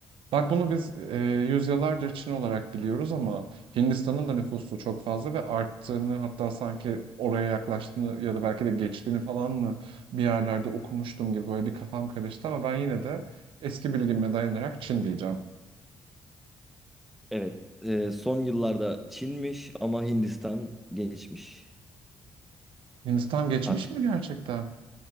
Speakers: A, on the right; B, in the centre.
A: Bak bunu biz e, yüzyıllardır Çin olarak biliyoruz ama Hindistan'ın da nüfusu çok fazla ve arttığını hatta sanki oraya yaklaştığını ya da belki de geçtiğini falan mı bir yerlerde okumuştum gibi böyle bir kafam karıştı ama ben yine de eski bilgime dayanarak Çin diyeceğim.
B: Evet. e, son yıllarda Çin'miş ama Hindistan geçmiş.
A: Hindistan geçmiş
B: Artık
A: mi gerçekten?